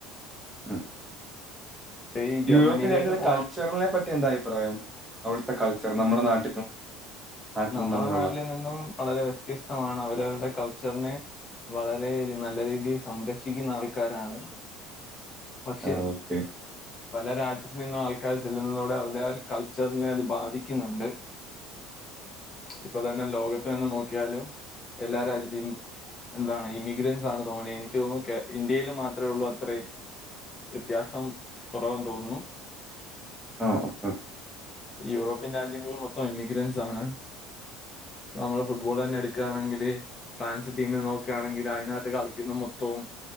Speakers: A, in the centre; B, on the left.
A: ഉം
B: പക്ഷേ ഈ ജർമ്മനിയിലേക്ക്
A: യൂറോപ്യൻ രാജ്യങ്ങളെ
B: പോണം
A: കൾച്ചറിനെ പറ്റിയെന്താ അഭിപ്രായം അവിടുത്തെ കൾച്ചർ നമ്മുടെ നാട്ടിലും നാട്ടിലും
B: നമ്മളെ
A: തമ്മിലുള്ള
B: നാട്ടിൽ നിന്നും വളരെ വ്യത്യസ്തമാണ് അവരവരുടെ കൾച്ചറിനെ വളരെ രി നല്ല രീതിയിൽ സംരക്ഷിക്കുന്നാൾക്കാരാണ് പക്ഷെ
A: ആ ഓക്കെ
B: പല രാജ്യത്തി നിന്നും ആൾക്കാര് ചെല്ലുന്നതോടെ അവരുടെ ആ ഒരു കൾച്ചറിനെ അത് ബാധിക്കുന്ന്ണ്ട് ഇപ്പൊ തന്നെ ലോകത്തന്നെ നോക്കിയാലും എല്ലാ രാജ്യത്തീന്നും എന്താണ് ഇമിഗ്രൻസാണ് തോനെയെനിക്ക് തോന്നുന്നു കേ ഇന്ത്യയില് മാത്രുള്ളൂ അത്ര വ്യത്യാസം കൊറവാന്ന് തോന്നുന്നു
A: ആ ഓക്കെ ഓക്കെ
B: യൂറോപ്യൻ രാജ്യങ്ങളി മൊത്തം ഇമിഗ്രൻസ് താണ് നമ്മള് ഫുട്ബോളന്നെ എടുക്കാണെങ്കില് ഫ്രാൻസ് ടീമിൽ നോക്ക്യാണെങ്കില് അയിനകത്ത് കളിക്കുന്ന മൊത്തവും